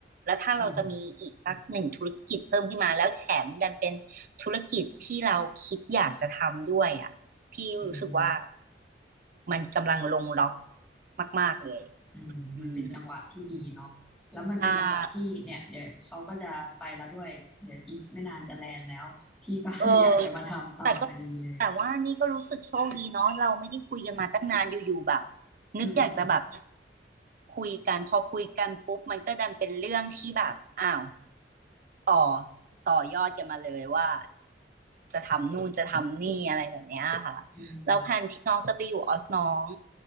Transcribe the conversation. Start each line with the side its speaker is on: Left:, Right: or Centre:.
Right: แล้วถ้าเราจะมีอีกสักหนึ่งธุรกิจเพิ่มขึ้นมาแล้วแถมดันเป็นธุรกิจที่เราคิดอยากจะทำด้วยอ่ะพี่รู้สึกว่า
Centre: อืมอืมฮึ
Right: มันกำลังลงล็อกมากๆเลย
Centre: อืมมันเป็นจังหวะที่ดีเนาะแล้วมันเป็นจังหวะที่เนี่ยเดี๋ยวเขาก็จะไปแล้วด้วย
Right: อืมอ่า
Centre: เดี๋ยวอีกไม่นานจะแลนด์แล้วพี่ก็ <laughs>
Right: เออ
Centre: อยากจะมาทำต่อพอดีเลย
Right: แต่ แต่ว่านี่ก็รู้สึกโชคดีเนาะเราไม่ได้คุยกันมาตั้งนานอยู่ๆแบบ
Centre: <laughs>
Right: นึกอยากจะแบบ
Centre: อืมอืม
Right: คุยกันพอคุยกันปุ๊บมันก็ดันเป็นเรื่องที่แบบอ้าวต่อต่อยอดกันมาเลยว่าจะทำนู่นจะทำนี่อะไรแบบเนี้ยค่ะ
Centre: อืม
Right: แล้วแผนที่น้องจะไปอยู่ออสน้อง